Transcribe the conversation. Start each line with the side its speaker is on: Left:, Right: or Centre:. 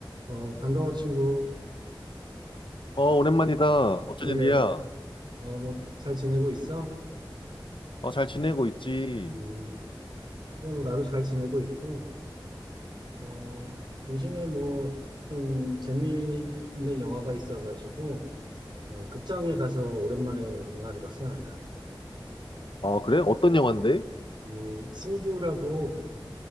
Right: 어, 반가워, 친구.
Left: 어, 오랜만이다. 어쩐
Right: 그래,
Left: 일이야?
Right: 어, 뭐, 잘 지내고 있어?
Left: 어, 잘 지내고 있지.
Right: 음, 그래, 뭐, 나도 잘 지내고 있고, 어, 요즘에 뭐, 좀 재미있는 영화가 있어가지고, 어, 극장에 가서 오랜만에 영화를 봤어, 나는.
Left: 아, 그래? 어떤 영화인데?
Right: 이 승부라고,